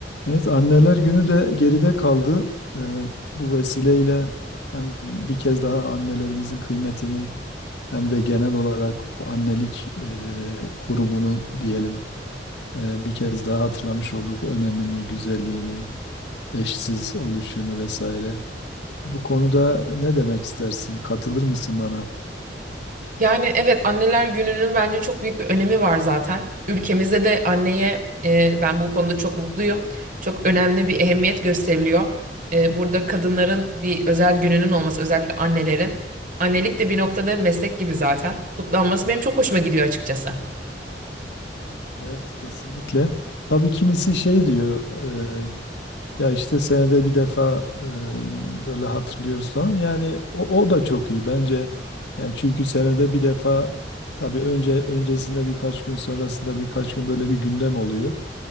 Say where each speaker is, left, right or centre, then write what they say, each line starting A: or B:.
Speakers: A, on the left; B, on the right.
A: Evet, Anneler Günü de geride kaldı. Ee, bu vesileyle hem bir kez daha annelerimizin kıymetini hem de genel olarak o annelik e, kurumunu diyelim e, bir kez daha hatırlamış olduk. Önemini, güzelliğini, eşsiz oluşunu vesaire. Bu konuda ne demek istersin? Katılır mısın bana?
B: Yani evet anneler gününün bence çok büyük bir önemi var zaten. Ülkemizde de anneye e, ben bu konuda çok mutluyum. Çok önemli bir ehemmiyet gösteriliyor. E, burada kadınların bir özel gününün olması özellikle annelerin. Annelik de bir noktada meslek gibi zaten. Kutlanması benim çok hoşuma gidiyor açıkçası.
A: Evet, kesinlikle. Tabii kimisi şey diyor, e, Ya işte senede bir defa e, böyle hatırlıyoruz falan. Yani o, o da çok iyi bence. Yani çünkü senede bir defa tabii önce öncesinde birkaç gün sonrasında birkaç gün böyle bir gündem oluyor.